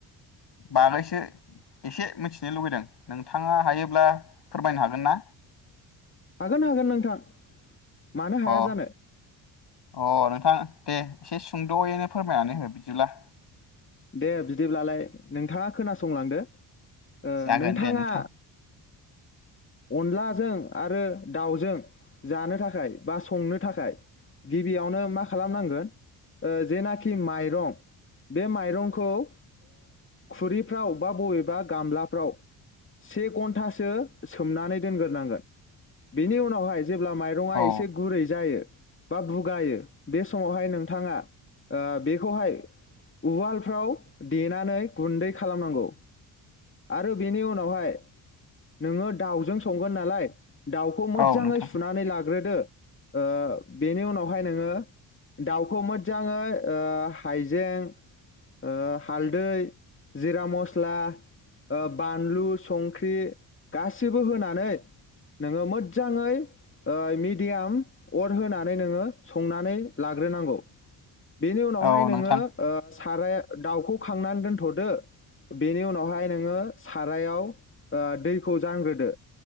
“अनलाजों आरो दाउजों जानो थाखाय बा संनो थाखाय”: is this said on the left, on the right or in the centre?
Left